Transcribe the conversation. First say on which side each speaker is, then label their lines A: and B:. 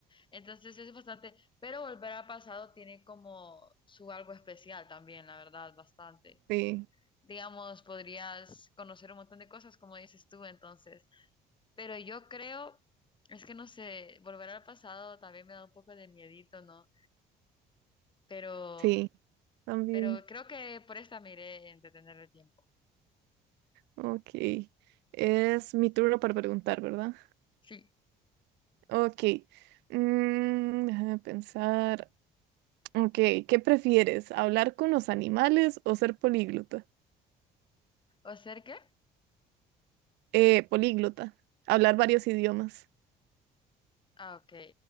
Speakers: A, on the left; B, on the right.
A: Entonces es bastante, pero volver al pasado tiene como su algo especial también, la verdad, bastante.
B: sí,
A: Digamos, podrías conocer un montón de cosas, como dices tú, entonces. Pero yo creo, es que no sé, volver al pasado también me da un poco de miedito, ¿no? Pero,
B: sí, también.
A: pero creo que por esta me iré en detener el tiempo.
B: Ok. Es mi turno para preguntar, ¿verdad?
A: Sí.
B: Ok. Mm, déjame pensar. Ok, ¿qué prefieres? ¿Hablar con los animales o ser políglota?
A: ¿O ser qué?
B: Eh, políglota. Hablar varios idiomas.
A: Ah, ok.